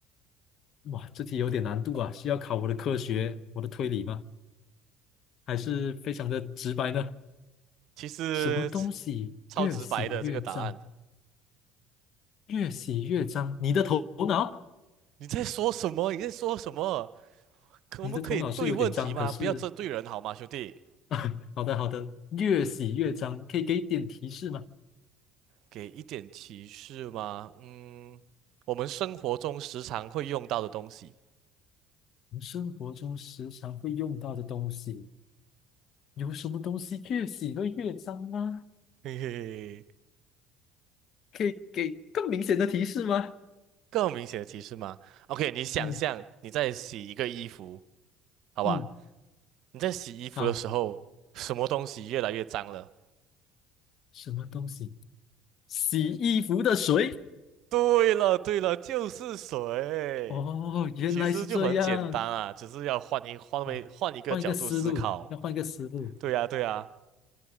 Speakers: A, on the left; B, on the right.
A: 哇，这题有点难度啊，需要考我的科学，我的推理吗？还是非常的直白呢？
B: 其实超
A: 什么东西越洗越脏，
B: 超直白的这个答案。
A: 越洗越脏？你的头脑，
B: 你在说什么？你在说什么？可我们可以对问题吗？
A: 你的头脑是有点脏，可是，
B: 不要针对人好吗，兄弟？
A: <laughs> 好的好的，越洗越脏，可以给点提示吗？
B: 给一点提示吗？嗯，我们生活中时常会用到的东西。
A: 我们生活中时常会用到的东西，有什么东西越洗会越脏吗？
B: 嘿嘿嘿，
A: 可以给更明显的提示吗？
B: 更明显的提示吗？OK，你想象你在洗一个衣服，
A: 嗯
B: 好吧？
A: 嗯，
B: 你在洗衣服的时候，
A: 好，
B: 什么东西越来越脏了？
A: 什么东西？洗衣服的水。
B: 对了，对了，就是水。
A: 哦，原来是这样
B: 其实就很简单啊，只是要换一换位换一个角度思考。
A: 啊！换一个思路，要换一个思路。
B: 对呀，对呀。